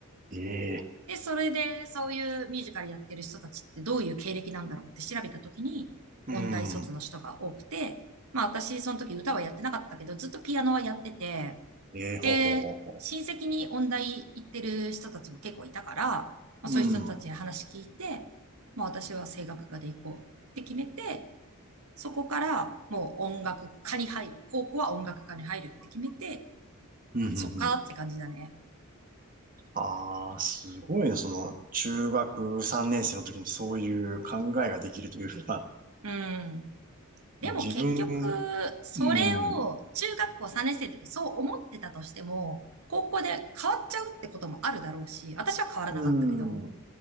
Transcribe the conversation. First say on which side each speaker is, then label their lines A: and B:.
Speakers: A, on the right (about 40°); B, on the right (about 75°).
A: ええ。
B: で、それで、そういうミュージカルやってる人たちってどういう経歴なんだろうって調べたときに、音大卒の人が多くて、
A: うん。
B: まあ私、その時歌はやってなかったけど、ずっとピアノはやってて、
A: ええ、ほうほうほうほ
B: で、親戚に音大行ってる人たちも結構いたから、まあそういう人たちに話聞いて、
A: う。うん。うん。
B: まあ私は声楽科で行こうって決めて、そこからもう音楽科に入る。高校は音楽科に入るって決めて、
A: うん。
B: そっかって感じだね。
A: ああ、すごいね。その、中学3年生の時にそういう考えができるというか、
B: うん。でも結局、
A: もう自分、うん、
B: それを中学校3年生の時そう思ってたとしても、
A: うん、
B: 高校で変わっちゃうってこともあるだろうし、私は変わらなかったけど、
A: うん、うん、